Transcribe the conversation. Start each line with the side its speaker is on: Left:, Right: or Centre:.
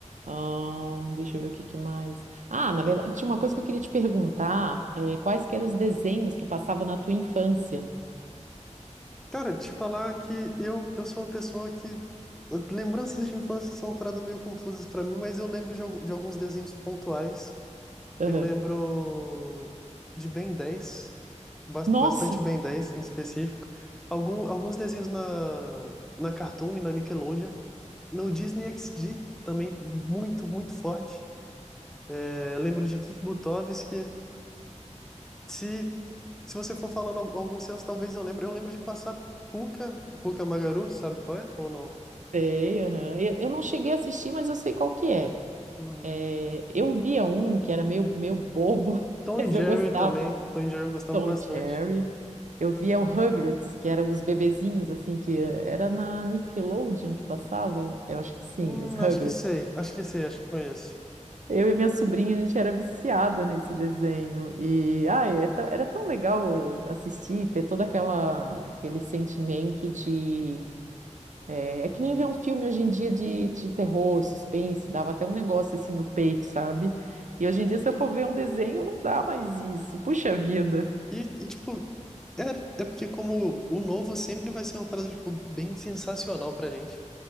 Right: Ahn, deixa eu ver o que que mais. Ah, na verdade, tinha uma coisa que eu queria te perguntar, é, quais que eram os desenhos que passavam na tua infância?
Centre: Cara, te falar que eu, eu sou uma pessoa que. Lembranças de infância são uma parada meio confusas para mim, mas eu lembro de, algu- de alguns desenhos pontuais.
Right: Aham.
Centre: Eu lembro de Ben dez, bas-
Right: Nossa,
Centre: bastante Ben 10 em específico. Algum, alguns desenhos na, na Cartoon e na Nickelodeon. No Disney XD também, muito, muito forte. É, lembro de Kik Butovski. Se, se você for falando al- alguns seus, talvez eu lembre. Eu lembro de passar Pucca, Pucca Magaru, sabe qual é? Ou não?
Right: sei, aham. Eu, eu não cheguei a assistir, mas eu sei qual que é.
Centre: Uhum.
Right: É, eu via um que era meio, meio bobo, <laughs>
Centre: Tom
Right: mas
Centre: e Jerry
Right: eu gostava.
Centre: também. Tom e Jerry eu gostava
Right: Tom
Centre: bastante.
Right: e Jerry. Eu via o Rugrats, que eram os bebezinhos, assim, que eh, era na Nickelodeon que passava? Eu acho que sim,
Centre: Hum,
Right: os Rugrats.
Centre: acho que sei, acho que sei, acho que conheço.
Right: Eu e minha sobrinha, a gente era viciada nesse desenho. E, ai, é ta- era tão legal eh, assistir, ter todo aquela, aquele sentimento de... eh, É, que nem ver um filme hoje em dia de, de terror, suspense, dava até um negócio assim no peito, sabe? E hoje em dia, se eu for ver um desenho, não dá mais isso. Puxa vida.
Centre: E, e, tipo, é, é porque como o novo sempre vai ser uma parada, tipo, bem sensacional pra gente.